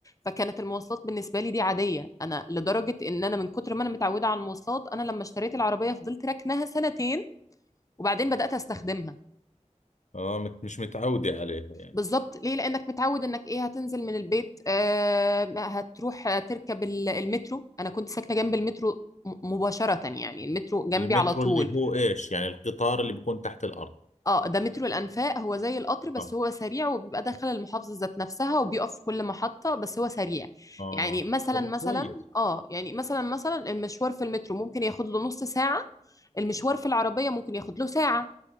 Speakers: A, on the left (about 25°); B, on the left (about 70°).
A: فكانت المواصلات بالنسبه لي دي عاديه انا لدرجه ان انا من كتر ما انا متعوده على المواصلات انا لما اشتريت العربيه فضلت راكناها سنتين وبعدين بدات استخدمها
B: اه مت- مش متعودة عليها يعني
A: بالظبط ليه لانك متعود انك ايه هتنزل من البيت آه هتروح تركب ال- المترو انا كنت ساكنه جنب المترو م- مباشره يعني المترو جنبي
B: المترو
A: على طول
B: اللي هو ايش يعني القطار اللي بيكون تحت الأرض
A: اه ده مترو الانفاق هو زي القطر بس
B: اه
A: هو سريع وبيبقى داخل المحافظه ذات نفسها وبيقف في كل محطه بس هو سريع
B: اه
A: يعني مثلا
B: طب
A: مثلا
B: كويس
A: اه يعني مثلا مثلا المشوار في المترو ممكن ياخد له نص ساعه المشوار في العربيه ممكن ياخد له ساعه